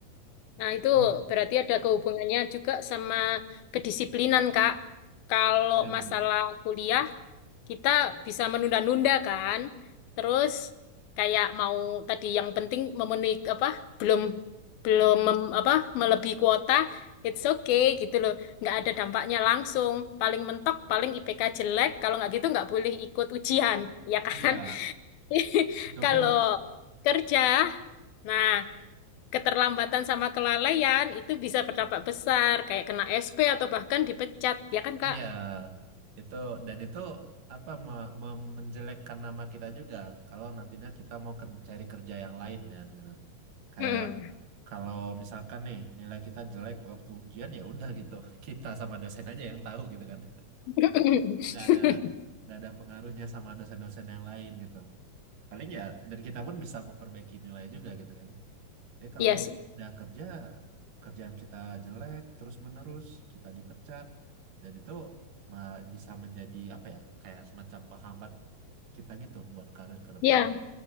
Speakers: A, on the left; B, on the right.
A: nah itu
B: gitu.
A: berarti ada kehubungannya juga sama kedisiplinan kak kalau
B: Iya
A: masalah
B: betul.
A: kuliah kita bisa menunda-nunda kan. Terus kayak mau tadi yang penting memenuhi apa belum belum mem- apa melebihi kuota, it's okay gitu loh. Nggak ada dampaknya langsung. Paling mentok, paling IPK jelek. Kalau nggak gitu nggak boleh ikut ujian, ya kan?
B: Iya,
A: <laughs>
B: itu
A: Kalau
B: pun
A: kerja, nah keterlambatan sama kelalaian itu bisa berdampak besar, kayak kena SP atau bahkan dipecat, ya kan Kak?
B: iya itu dan itu apa me- me- menjelekkan nama kita juga kalau nantinya kita mau ke- cari kerja yang lain ya. gitu. Kayak
A: Mm.
B: kalau misalkan nih nilai kita jelek waktu ujian ya udah gitu. <laughs> Kita sama dosen aja yang tahu gitu kan.
A: <laughs>
B: Nggak ada nggak ada pengaruhnya sama dosen-dosen yang lain gitu. Paling ya dan kita pun bisa memperbaiki nilai juga gitu kan. Eh kalau
A: Iya sih.
B: udah kerja, kerjaan kita jelek terus-menerus, kita dipecat, dan itu ma- bisa menjadi apa ya, kayak semacam penghambat kita gitu buat karir ke depannya.
A: Ya,